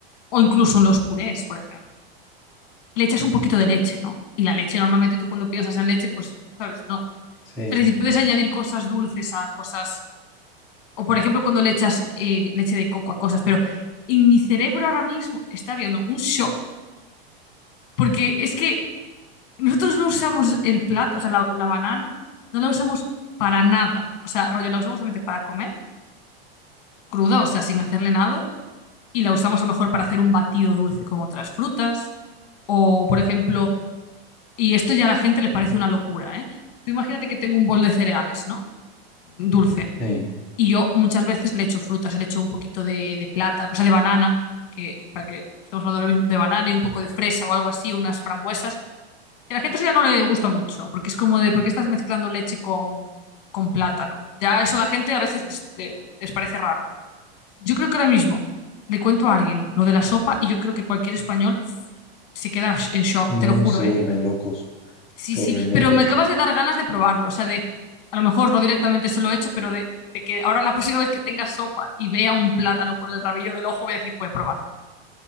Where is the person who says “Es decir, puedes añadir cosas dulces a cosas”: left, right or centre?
Left